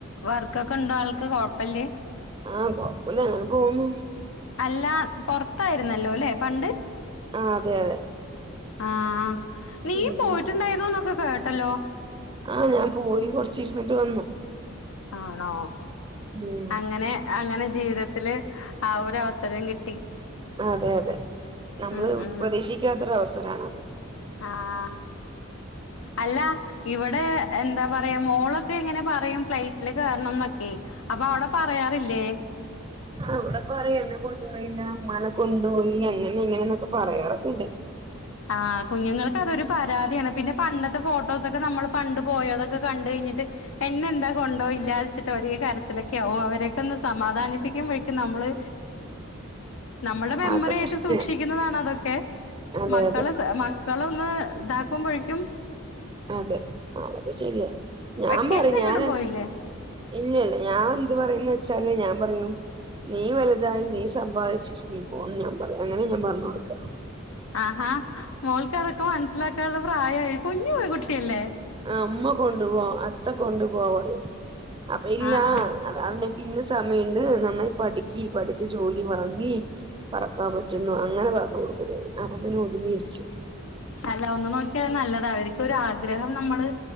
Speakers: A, on the left; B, on the right.
A: വർക്കൊക്കെണ്ടോ ആൾക്ക് കൊഴപ്പല്ലേ
B: ആഹ് കൊഴപ്പല്ല അങ്ങനെ പോകൂന്നു
A: അല്ല പൊറത്തായിരുന്നല്ലോല്ലെ പണ്ട്
B: ആഹ് അതെ അതെ
A: ആഹ് നീയും
B: ഉം
A: പോയിട്ടുണ്ടായിരുന്നുന്നൊക്കെ കേട്ടല്ലോ
B: ആഹ് ഞാൻ പോയി കൊറച്ചിരുന്നിട്ട് വന്നു
A: ആണോ
B: ഉം
A: അങ്ങനെ അങ്ങനെ ജീവിതത്തില് ആ ഒരു അവസരം കിട്ടി
B: അതെ അതെ നമ്മള്
A: ഉം ഉം
B: പ്രതീക്ഷിക്കാത്ത ഒരവസരാണത്
A: ആഹ് അല്ല ഇവടെ എന്താ പറയാ മോളൊക്കെ ഇങ്ങനെ പറയും ഫ്ലൈറ്റില് കേറണന്നൊക്കെ അപ്പൊ അവടെ പറയാറില്ലേ
B: അവ്ട പറയും എന്നെ കൊണ്ടുപോയില്ല ഉമ്മാനെ കൊണ്ടുപോയി അങ്ങനെ ഇങ്ങനെന്നൊക്കെ പറയാറൊക്കെണ്ട്
A: ആഹ് കുഞ്ഞുങ്ങൾക്ക് അതൊരു പരാതിയാണ് പിന്നെ പണ്ടത്തെ ഫോട്ടോസൊക്കെ നമ്മൾ പണ്ട് പോയതൊക്കെ കണ്ട് കഴിഞ്ഞിട്ട് എന്നെന്താ കൊണ്ടോയില്ലന്ന് വെച്ചിട്ട് ഒരേ കരച്ചിലൊക്കെ ക്കാവും അവരൊക്കെ ഒന്ന് സമാധാനിപ്പിക്കുമ്പഴക്കും നമ്മള് നമ്മൾടെ മെമ്മറി
B: അതൊക്കെ
A: ആയിട്ട്
B: ശരിയാണ്
A: സൂക്ഷിക്കുന്നതാണ് അതൊക്കെ
B: അതെ
A: മക്കള്
B: അതെ
A: മക്കളെ ഒന്ന് ഇതാക്കുമ്പഴേക്കും
B: അതെ അതൊക്കെ ശരിയാ. ഞാൻ
A: വെക്കേഷൻ
B: പറിം
A: എങ്ങോട്ടും
B: ഞാന്
A: പോയില്ലേ
B: ഇല്ല്യല്ല, ഞാൻ എന്ത് പറിംന്ന് വെച്ചാല് ഞാൻ പറയും നീ വലുതായി നീ സമ്പാദിച്ചിട്ട് നീ പോ എന്ന് ഞാൻ പറയും, അങ്ങനേ ഞാൻ പർഞ്ഞൊട്ക്ക
A: ആഹാ മോൾക്കതൊക്കെ മനസ്സിലാക്കാനുള്ള പ്രായായി, കുഞ്ഞു പെങ്കുട്ടിയല്ലേ?
B: ആഹ് ഉമ്മ കൊണ്ടു പോ, അത്ത കൊണ്ടു പോ പറിം. അപ്പൊ ഈ
A: ആഹ്
B: ലാ
A: ആഹ്
B: അത അതിനൊക്കെ ഇനി സമയണ്ട്, നന്നായി പഠിക്കി, പഠിച്ച് ജോലി വാങ്ങീ പറക്കാൻ പറ്റുന്നു അങ്ങനെ പറഞ്ഞു കൊടുക്കും ഞാന്. അപ്പൊ പിന്നെ ഒതുങ്ങിയിരിക്കും.
A: അല്ല ഒന്ന് നോക്ക്യാ അത് നല്ലതാ. അവർക്കൊര് ആഗ്രഹം നമ്മള്